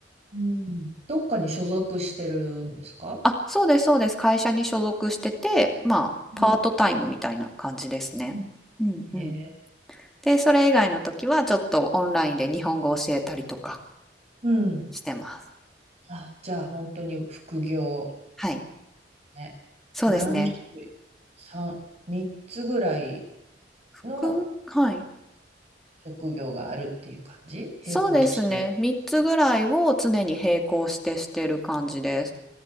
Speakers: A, on the right; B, in the centre.
A: うん。どっかに所属してるんですか
B: あ、そうですそうです。会社に所属してて、まあ、
A: うん
B: パートタイムみたいな感じですね。
A: うん
B: うんうん。
A: へえ。
B: で、それ以外の時はちょっとオンラインで日本語を教えたりとか
A: うん。
B: してます。
A: あ、じゃあ本当に副業
B: はい。
A: ね。
B: そうですね。
A: 何種類 ?3、三つぐらいの
B: く、はい。
A: 職業があるっていう感じ並行して。
B: そうですね。3つぐらいを常に並行してしてる感じです。